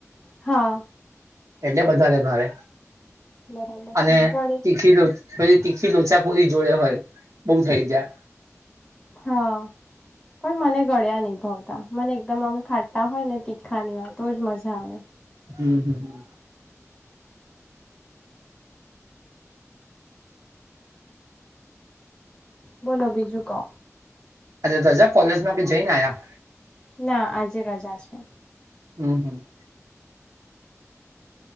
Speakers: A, on the left (about 15°); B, on the right (about 70°).
A: હા
B: એટલે વધારે ભાવે
A: બરાબર
B: અને
A: છે વળી
B: તીખી પછી તીખી લોચાપુરી જોડે હોય બહુ થઇ જાય
A: હા પણ મને ગળ્યા નહીં ભાવતા મને એકદમ આમ ખાટા હોય ને તીખા ને એવા તો જ મજા આવે
B: હમ હમ હ
A: બોલો બીજું કો
B: આજે તો જા કોલેજમાં આપણે જઈને આયા
A: ના આજે રજા છે
B: હમ હમ